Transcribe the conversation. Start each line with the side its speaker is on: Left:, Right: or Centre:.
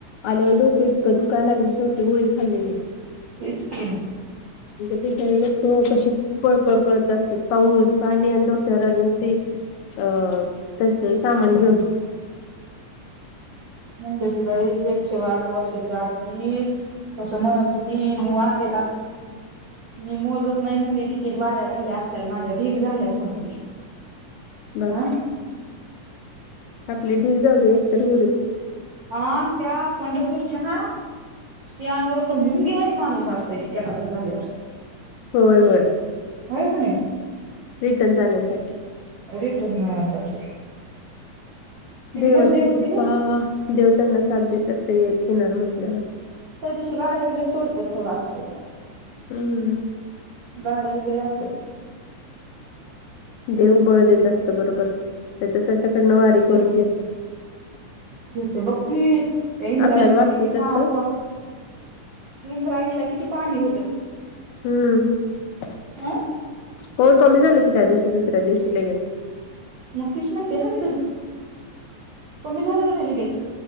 Left: आल डोकं क दुकायला लागल शेवटी गोळी खाल्ली म
Right: तेच की
Left: बिचारी लोक कशी पळपळपळत असत पाऊस पाणी आणि डोक्यावर अजून ते अ त्यांचं सामान घेऊन
Right: म्हणंद्याची बाई एक शेवा आठ वर्षाची आजी कसं म्हणत होती म मवारला <unintelligible> मी मोजत नाही म्हणली किती वाऱ्या झाल्या असतल माझ्या ठीक झाल्यात म्हणती.
Left: बघा.
Right: हा
Left: आपली ढीग जाऊदे एक तर होऊदे.
Right: ह त्या पंढरपूरच्या ना स्टँड वर तर मुंगी वाणी माणूस असते एकादस झाल्यावर
Left: होय होय
Right: होय कणी
Left: रिटर्न जाण्यासाठी.
Right: रिटर्न जाण्यासाठी. किती
Left: देवाची
Right: गर्दी असती
Left: कृपा
Right: ग
Left: देवतांना साथ देत असेल येणार म्हंटल्यावर.
Right: त्या दिवशी गाड्या भी लई सोडतात सोडं असा.
Left: हम्म.
Right: गाड्या बी लई असत्यात.
Left: देव बळ देत असत बरोबर त्याच्या- त्याच्याकडनं वारी करून घेत
Right: घेत बघ की ते इंद्रायणीला
Left: आपल्याला वाटतंय
Right: किती पहा-
Left: तसं
Right: पोहा इंद्रायणीला किती पाणी होतं.
Left: हम्म
Right: अ
Left: होय कमी झालं की त्या दिवशी दुसऱ्या दिवशी लगेच.
Right: मग तीश म्हणते ना मी तुला कमी झालं का नाही लगेच.